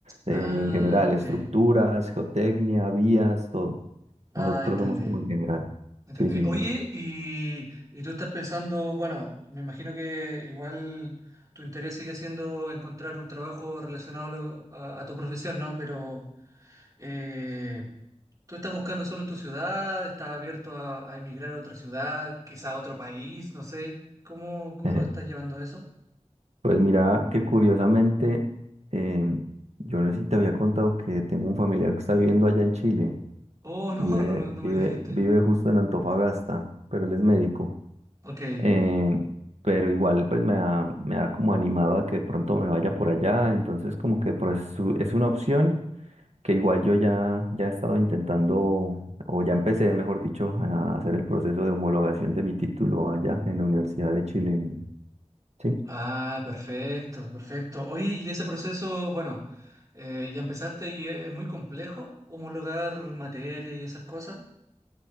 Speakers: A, on the right; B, on the right.
A: eh,
B: Ah,
A: en general,
B: ok.
A: estructuras, geotecnia, vías, todo.
B: Ah,
A: Nosotros
B: entendí.
A: somos como en general.
B: Entendí.
A: Sí, sí.
B: Oye, y, y tú estás pensando, bueno, me imagino que igual tu interés sigue siendo encontrar un trabajo relacionado a, lo- a- a tu profesión, ¿no? Pero eh, ¿tú estás buscando solo en tu ciudad? ¿Estás abierto a, a emigrar a otra ciudad, quizá a otro país? No sé. ¿Cómo, cómo
A: sí. <laughs>
B: lo estás llevando eso?
A: Pues mira que curiosamente, em, yo no sé si te había contado que tengo un familiar que está viviendo allá en Chile,
B: Oh, no,
A: vive,
B: no me, no
A: vive,
B: me dijiste.
A: vive justo en Antofagasta, pero él es médico.
B: Ok.
A: Em, pero igual pues me ha, me ha como animado a que de pronto me vaya por allá, entonces como que pues, su- es una opción que igual yo ya, ya he estado intentando, o ya empecé, mejor dicho, a hacer el proceso de homologación de mi título allá en la Universidad de Chile. en- ¿sí?
B: Ah, perfecto, perfecto. Oye, y ese proceso, bueno, eh, ya empezaste y es muy complejo homologar materia y esas cosas.